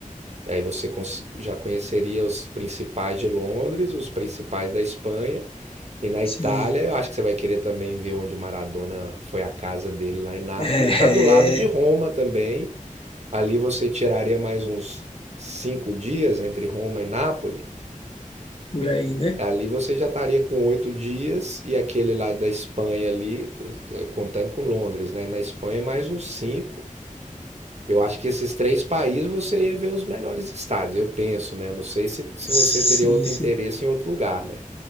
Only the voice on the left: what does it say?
Sim.
É,
é,
por aí, né?
Sim,
sim.